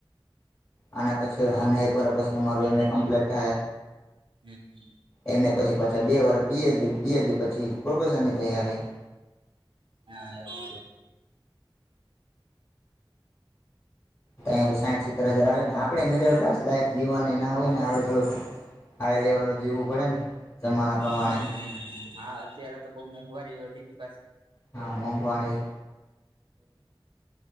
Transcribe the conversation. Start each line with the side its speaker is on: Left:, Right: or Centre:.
Left: આ પછી અને એક વાર પછી અમારું એમ એ કમ્પ્લીટ થાય.
Right: હમ હમ
Left: એને પછી પાછા બે વાર પ પીએડી પછી પ્રોફેસરની તૈયારી. <inaudible>
Right: હા એવું છે.
Left: અહીંયા તો સાઈઠ સિત્તર હજાર આવ ને આપણે મિડલ ક્લાસ લાઈફ જીવવાની ના હોય ને આપડે થડુંક હાઈ લેવલ ન જીવું પડે ને. જમાના પ્રમાણે
Right: હમ્મ હા અત્યારે તો બહ મોંઘવારી વધી ગી પાછી.
Left: હા મોંઘવાણી.